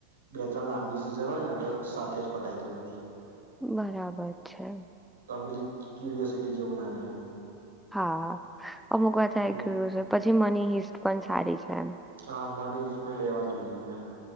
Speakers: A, on the right; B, in the centre.
A: બે ત્રણ લાંબી સીઝન હોય ને તો સાથે જ પતાય દઉ બધી.
B: બરાબર છે.
A: તબલી ક્યુરયોસિટી જેવુ ના રે એમ.
B: હા હા અમુક વાર થઈ
A: હમ
B: ગયું છે પછી મની હિસ્ટ પણ સારી છે. એમ
A: હ મની હિસ્ટ મેં બે વાર જોયઈ છ મેં.